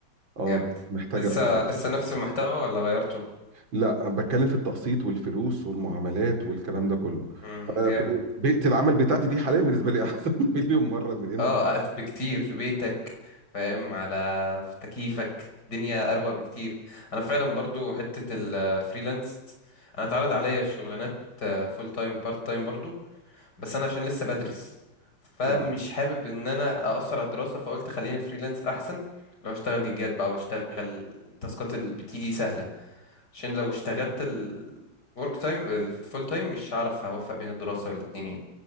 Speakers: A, on the right; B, on the left.
A: اه
B: جامد
A: بس محتاج
B: لسه
A: اركز اكتر
B: لسه
A: من
B: نفس
A: كده
B: المحتوى ولا غيرته
A: لا بتكلم في التقسيط والفلوس والمعاملات والكلام ده كله
B: مم.
A: آه،
B: جامد
A: ب- بيئة العمل بتاعتي دي حاليا بالنسبة لي احسن <laughs> مليون مرة من
B: اه أس- بكتير في بيتك فاهم على في تكييفك الدنيا اروق بكتير انا فعلا برضو حتة الفريلانس انا اتعرض عليا الشغلانات فول تايم بارت تايم برضو بس انا عشان لسه بدرس فمش
A: ان
B: حابب ان انا اقصر على الدراسة فقلت خليني فريلانس احسن لو اشتغل جيجات بقى واشتغل التاسكات اللي بتيجي سهلة عشان لو اشتغلت الورك تايم الفول تايم مش هعرف اوفق بين الدراسة والاتنين يعني.